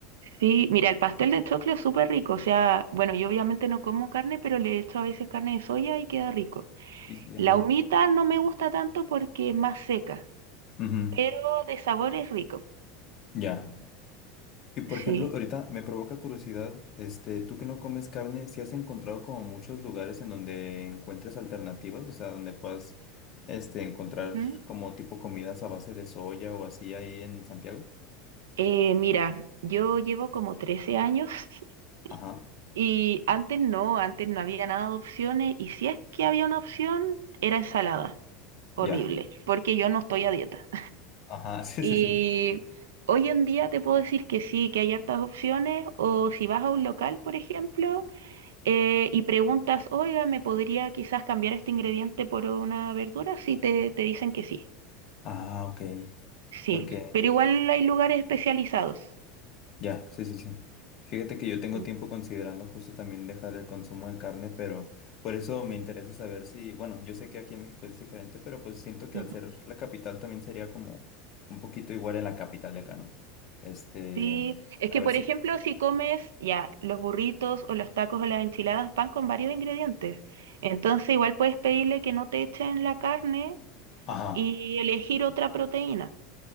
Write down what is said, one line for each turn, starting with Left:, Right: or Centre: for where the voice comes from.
Right: Sí, mira, el pastel de choclo es súper rico. O sea, bueno, yo obviamente no como carne, pero le echo a veces carne de soya y queda rico.
Left: Y, y-
Right: La
Left: ajá,
Right: humita no me gusta tanto porque es más seca,
Left: ujú,
Right: pero de sabor es rico.
Left: Ya. Y por
Right: Sí.
Left: ejemplo, ahorita me provoca curiosidad, este, tú que no comes carne, si has encontrado como muchos lugares en donde encuentras alternativas, o sea, donde puedas, este, encontrar
Right: Ujú.
Left: como tipo comidas a base de soya o así ahí en Santiago.
Right: Eh, mira, yo llevo como trece años <laughs>
Left: Ajá,
Right: y antes no, antes no había nada de opciones y si es que había una opción, era ensalada. Horrible,
Left: ya.
Right: porque yo no estoy a dieta.
Left: Ajá, <laughs> sí,
Right: Y
Left: sí, sí.
Right: hoy en día te puedo decir que sí, que hay hartas opciones, o si vas a un local, por ejemplo, eh, y preguntas, oiga, ¿me podría quizás cambiar este ingrediente por una verdura? Sí, te, te dicen que sí,
Left: Ah, ok.
Right: sí,
Left: Porque
Right: pero igual hay lugares especializados.
Left: Ya, sí, sí, sí. Fíjate que yo tengo
Right: Mm,
Left: tiempo considerando justo también dejar el consumo de carne, pero por eso me interesa saber si, bueno, yo sé que aquí en México es diferente, pero pues siento que
Right: ujú.
Left: al ser la capital también sería como un poquito igual en la capital de acá, ¿no? Este,
Right: Sí, es
Left: a
Right: que
Left: ver
Right: por
Left: si...
Right: ejemplo, si comes ya los burritos o los tacos o las enchiladas van con varios ingredientes, entonces igual puedes pedirle que no te echen la carne
Left: Ajá.
Right: y elegir otra proteína.